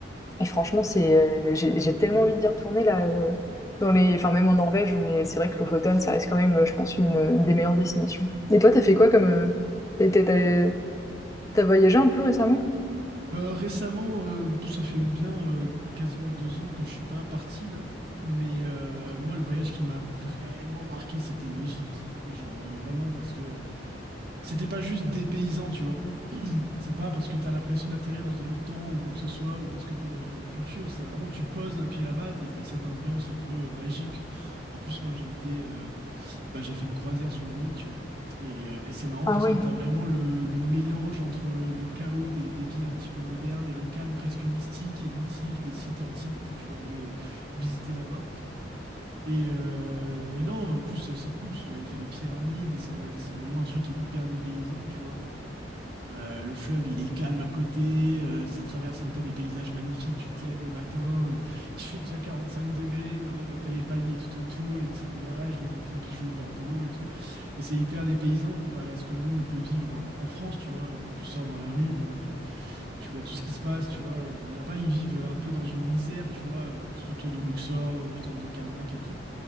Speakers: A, on the left (about 20°); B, on the right (about 60°).
A: Et franchement, c'est euh, j'ai j'ai tellement envie d'y retourner là euh, dans les enfin même en Norvège, mais c'est vrai que Lofoten, ça reste quand même, euh, je pense, une, une des meilleures destinations. Et toi, t'as fait quoi comme euh, t'as été- t'as t'as voyagé un peu récemment?
B: Euh, récemment, euh, ça fait bien euh, quasiment deux ans que je suis pas parti là, mais euh, moi le voyage qui m'a vraiment marqué c'était l'Égypte, mais genre euh, vraiment parce que c'était pas juste des paysans, tu vois. C'est pas parce que t'as l'impression d'atterrir dans un autre temps ou quoi que ce soit ou parce que t'es dans une autre culture, c'est vraiment tu poses un pied là-bas et t'as cette ambiance un peu magique. En plus moi j'ai été euh, bah, j'ai fait une croisière sur le Nil, tu vois. Et, euh, et c'est marrant
A: Ah
B: parce
A: ouais.
B: que tu as vraiment le, le mélange entre le chaos des, des villes un petit peu modernes et le calme presque mystique et mythique des sites antiques que tu vas aller euh, visiter là-bas. Et, euh, et non, en plus, c'est c'est cool parce que j'avais fait les pyramides et c'est vrai, c'est vraiment un truc qui est hyper dépaysant, tu vois. Euh, le fleuve, il est calme à côté, euh, ça traverse un peu des paysages magnifiques, tu te lèves le matin, euh, <laughs> il fait déjà 45 degrés, mais tu as les palmiers tout autour, les petits villages, les enfants qui jouent au bord de l'eau et tout. Et c'est hyper dépaysant comparé à ce que nous, on peut vivre en, en France, tu vois, où tu sors dans la rue, bon, bah, tu vois tout ce qui se passe, tu vois. Euh, Là-bas, ils vivent un peu dans une misère, tu vois, euh, tout autour de Luxor, euh, du temple de Karnak et tout.